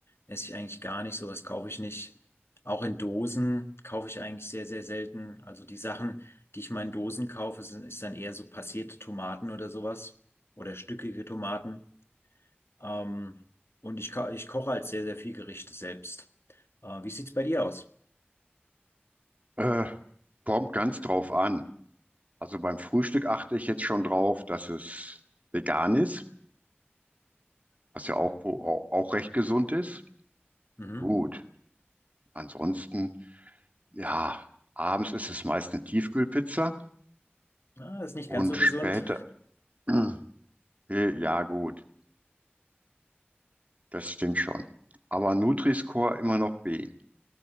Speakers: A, on the left; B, on the right.
A: esse ich eigentlich gar nicht. Sowas kaufe ich nicht. Auch in Dosen kaufe ich eigentlich sehr, sehr selten. Also die Sachen, die ich mal in Dosen kaufe, sind, ist dann eher so passierte Tomaten oder sowas. Oder stückige Tomaten. Ähm, und ich, ko- ich koche halt sehr, sehr viel Gerichte selbst. Äh, wie sieht's bei dir aus?
B: Äh, kommt ganz drauf an. Also beim Frühstück achte ich jetzt schon drauf, dass es vegan ist, was ja auch, wo- au- auch recht gesund ist.
A: Mhm.
B: Gut. Ansonsten, ja, abends ist es meist eine Tiefkühlpizza
A: Ah, ist nicht
B: und
A: ganz so
B: später,
A: gesund.
B: <clears throat> äh, ja gut, das stimmt schon. Aber Nutri-Score immer noch B.